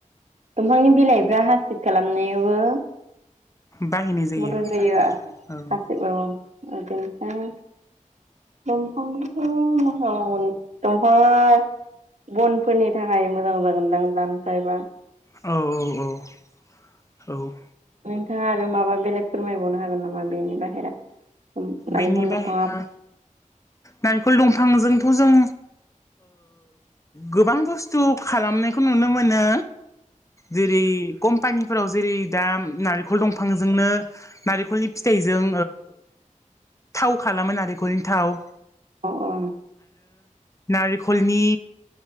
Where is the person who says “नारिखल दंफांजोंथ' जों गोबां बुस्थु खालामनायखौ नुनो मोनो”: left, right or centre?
Left